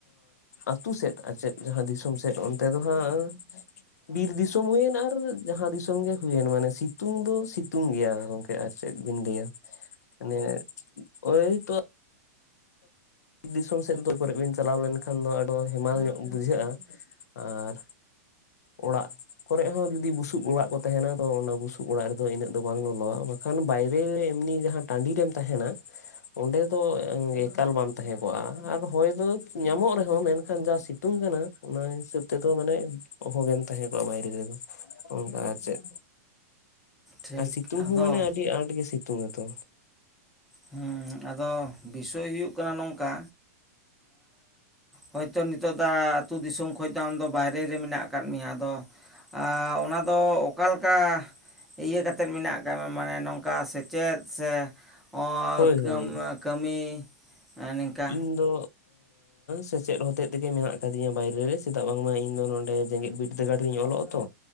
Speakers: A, on the left; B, in the centre.
A: ᱟᱹᱛᱩ ᱥᱮᱫ ᱟᱪᱮᱫ ᱡᱟᱦᱟᱸ ᱫᱤᱥᱚᱢ ᱥᱮᱫ ᱚᱱᱛᱮ ᱫᱚ ᱦᱟᱸᱜ ᱵᱤᱨ ᱫᱤᱥᱚᱢ ᱦᱩᱭᱮᱱ ᱟᱨ ᱡᱟᱦᱟᱸ ᱫᱤᱥᱚᱢ ᱜᱮ ᱦᱩᱭᱮᱱ ᱢᱟᱱᱮ ᱥᱤᱛᱩᱝ ᱫᱚ ᱥᱤᱛᱩᱝ ᱜᱮᱭᱟ ᱜᱚᱢᱠᱮ ᱟᱨ ᱪᱮᱫ ᱵᱤᱱ ᱞᱟᱹᱭᱟᱹ ᱢᱟᱱᱮ ᱮᱤ ᱛᱳ ᱫᱤᱥᱚᱢ ᱥᱮᱫ ᱫᱚ ᱯᱟᱞᱮᱫ ᱵᱤᱱ ᱪᱟᱞᱟᱣ ᱞᱮᱱᱠᱷᱟᱱ ᱫᱚ ᱟᱰᱚ ᱦᱮᱢᱟᱞ ᱧᱚᱜ ᱵᱩᱡᱷᱟᱜ-ᱟ᱾ ᱟᱨ ᱚᱲᱟᱜ ᱠᱚᱨᱮ ᱦᱚᱸ ᱡᱩᱫᱤ ᱵᱩᱥᱩᱵ ᱚᱲᱟᱜ ᱠᱚ ᱛᱟᱦᱮᱱᱟ ᱛᱚ ᱚᱱᱟ ᱵᱩᱥᱩᱵ ᱚᱲᱟᱜ ᱨᱮᱫᱚ ᱤᱱᱟᱹᱜ ᱫᱚ ᱵᱟᱝ ᱞᱚᱞᱚᱼᱟ ᱵᱟ ᱵᱟᱝ ᱠᱷᱟᱱ ᱵᱟᱭᱨᱮ ᱨᱮ ᱮᱢᱱᱤ ᱡᱟᱦᱟᱸ ᱴᱟᱺᱰᱤ ᱨᱮᱢ ᱛᱟᱦᱮᱱᱟ ᱚᱸᱰᱮ ᱫᱚ ᱮᱠᱟᱞ ᱵᱟᱢ ᱛᱟᱦᱮᱸ ᱠᱚᱜᱼᱟ ᱟᱨ ᱦᱚᱭ ᱫᱚ ᱧᱟᱢᱚᱜ ᱨᱮᱦᱚᱸ ᱢᱮᱱᱠᱷᱟᱱ ᱡᱟ ᱥᱤᱛᱩᱝ ᱠᱟᱱᱟ ᱚᱱᱟ ᱦᱤᱥᱟᱹᱵᱽ ᱛᱮᱫᱚ ᱢᱟᱱᱮ ᱚᱦᱩᱜᱮᱢ ᱛᱟᱦᱮᱸ ᱠᱚᱜᱼᱟ ᱵᱟᱭᱨᱮ ᱨᱮᱫᱚ ᱚᱱᱠᱟ ᱪᱮᱫ
B: ᱴᱷᱤᱠ
A: ᱟᱨ ᱥᱤᱛᱩᱝ
B: ᱟᱫᱚ
A: ᱦᱚᱸ ᱢᱟᱱᱮ ᱟᱹᱰᱤ ᱟᱸᱴ ᱜᱮ ᱥᱤᱛᱩᱝ ᱟᱛᱚ
B: ᱦᱳ ᱟᱫᱚ ᱵᱤᱥᱚᱭ ᱦᱩᱭᱩᱜ ᱠᱟᱱᱟ ᱱᱚᱝᱠᱟ ᱦᱚᱭᱛᱚ ᱱᱤᱛᱳ ᱫᱟ ᱟᱹᱛᱩ ᱫᱤᱥᱚᱢ ᱠᱷᱚᱱ ᱫᱚ ᱟᱢᱫᱚ ᱵᱟᱭᱨᱮ ᱨᱮ ᱢᱮᱱᱟᱜ ᱟᱠᱟᱫ ᱢᱮᱭᱟ ᱟᱫᱚ ᱟ ᱚᱱᱟ ᱫᱚ ᱚᱠᱟᱞᱮᱠᱟ ᱤᱭᱟᱹ ᱠᱟᱛᱮ ᱛᱮᱫ ᱢᱮᱱᱟᱜ ᱟᱠᱟᱫ ᱢᱟᱱᱮ ᱱᱚᱝᱠᱟ ᱥᱮᱪᱮᱫ ᱥᱮ ᱟᱨ
A: ᱦᱳᱭ ᱦᱳᱭ
B: ᱠᱟᱹᱢᱤ ᱱᱤᱝᱠᱟ
A: ᱤᱧ ᱫᱚ ᱥᱮᱪᱮᱫ ᱦᱚᱛᱮᱫ ᱛᱮᱜᱮ ᱢᱮᱱᱟᱜ ᱟᱠᱟᱫᱤᱧᱟ ᱵᱟᱭᱨᱮ ᱨᱮ ᱥᱮᱛᱟᱜ ᱵᱟᱝᱢᱟ ᱤᱧ ᱫᱚ ᱱᱚᱰᱮ ᱡᱮᱜᱮᱛ ᱵᱤᱨᱫᱟᱹᱜᱟᱲ ᱨᱤᱧ ᱚᱞᱚᱜ ᱛᱚ